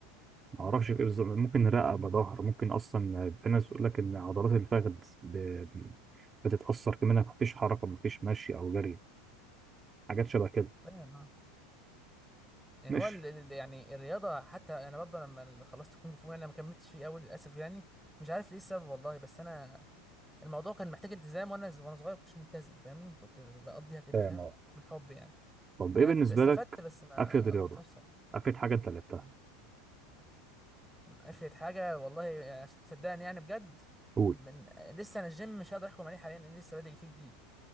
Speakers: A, on the right; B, in the centre.
A: ما
B: امم
A: اعرفش ايه بالظبط ممكن رقبه ظهر ممكن اصلا في ناس بتقول لك ان عضلات الفخذ ب- بتتاثر كمان ما فيش حركه ما فيش مشي او جري حاجات شبه كده
B: فعلا اه يعني
A: ماشي
B: هو ال- ال- يعني الرياضه حتى انا برضو لما خلصت كونج فو انا ما كملتش فيه قوي للاسف يعني مش عارف ايه السبب والله بس انا الموضوع كان محتاج التزام وانا وانا صغير كنتش ملتزم فاهمني كنت بقضيها كده
A: فاهم
B: فاهم
A: اه
B: بالحب يعني
A: طب ايه
B: انا
A: بالنسبه
B: استفدت
A: لك
B: بس ما
A: افيد رياضه
B: قضيتهاش صح
A: افيد حاجه انت لعبتها
B: افرض حاجه والله يعني عشان تصدقني يعني بجد
A: قول
B: من لسه انا الجيم مش هقدر احكم عليه حاليا لان لسه بادئ فيه جديد